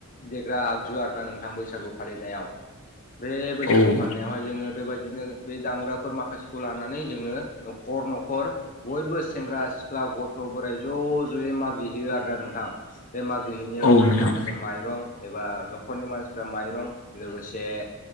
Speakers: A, on the left; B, on the left.
A: देग्रा आग जु आरो ना नोंथां बैसागु फालिनायाव बे बैसागु
B: ओं
A: फालिनायावहाय जोङो बेबायदिनो बे दामग्राफोर माखासेखौ लानानै जोङो न'खर न'खर बयबो सेंग्रा सिख्ला गथ' बोराइ ज' ज'यै मागिहैयो आरोना नोंथां बे मागिहैनायाव
B: ओं
A: जोङो
B: औ नोंथां
A: माखासे माइरं एबा न'खरनि मानसिफ्रा माइरं लोगोसे